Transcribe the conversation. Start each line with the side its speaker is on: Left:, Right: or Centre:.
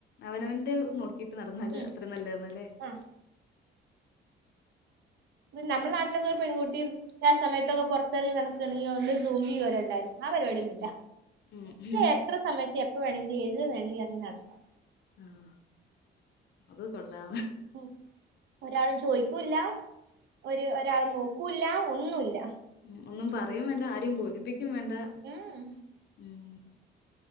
Left: അവനവൻന്റെ നോക്കിട്ട് നടന്നാല്
Right: ഉം
Left: അത്രയും നല്ലന്നല്ലേ
Right: ആഹ് നമ്മ നാട്ടിലൊക്കെ ഒരു പെൺകുട്ടി ആ സമയത്തൊക്കെ പുറത്തിറങ്ങി നടക്കണെങ്കിൽ <unintelligible> ആ പരിപാടിയൊന്നുമില്ല
Left: ഉം ഉം ഉം ഉം
Right: എത്ര സമയത്ത് എപ്പ വേണമെിലും ഏതി വേണമെങ്കിലും നടക്കാം
Left: ആഹ അത് കൊള്ളാ
Right: ഉം ഒരാളും ചോദിക്കൂല്ല ഒരു ഒരാളും നോക്കൂല്ല ഒന്നുമില്ല
Left: ഉ ഒന്നും പറയും വേണ്ട ആരും ബോധിപ്പിക്കും വേണ്ട
Right: ഉം
Left: ഉം